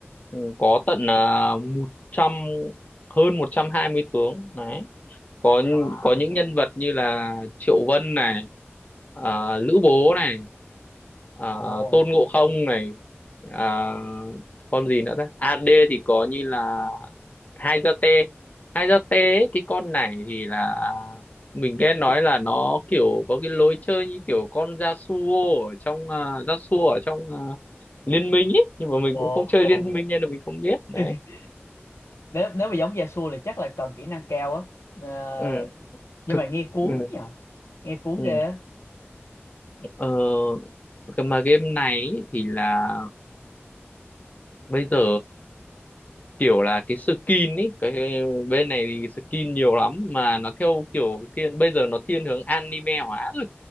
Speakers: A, on the left; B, on the left.
A: Ừ, có tận uh, 100 hơn 120 tướng đấy có nh-
B: Wow.
A: có những nhân vật như là Triệu Vân này ờ, Lữ Bố này ờ,
B: Ồ.
A: Tôn Ngộ Không này ờ, con gì nữa ta AD thì có như là Hai Gia Tê Hai Gia Tê ấy, cái con này thì là mình nghe nói là nó kiểu có cái lối chơi như kiểu con Yasuo ở trong uh, Yasuo ở trong à, liên minh ấy nhưng mà mình
B: Ồ.
A: cũng không chơi liên minh nên là mình không biết đấy
B: <laughs> nếu nếu mà giống Yasuo thì chắc là cần kỹ năng cao á Ờ,
A: ừ
B: nhưng
A: thực
B: mà nghe cuốn
A: ừ,
B: nhỉ nghe cuốn
A: ừ.
B: ghê á.
A: Ờ, cái mà game này ý thì là bây giờ kiểu là cái skin ấy cái cái bên này thì skin nhiều lắm mà nó theo kiểu thiên bây giờ nó thiên hướng anime hóa rồi